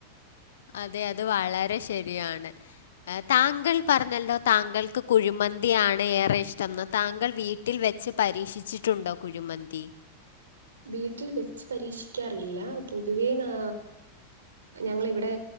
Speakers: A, on the left (about 60°); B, on the right (about 70°).
A: അതെ... അത് വളരെ ശരിയാണ് താങ്കൾ പറഞ്ഞല്ലോ താങ്കൾക്ക് കുഴിമന്തിയാണ് ഏറെ ഇഷ്ടംന്ന്.... താങ്കൾ വീട്ട ട്ടിൽ വെച്ച് പരീക്ഷിച്ചിട്ടുണ്ടോ കുഴമന്തി..
B: വീട്ടിൽ വെച്ച് പരീക്ഷിക്കാറില്ല പൊതുവേ ന...... ഞങ്ങളിവിടെ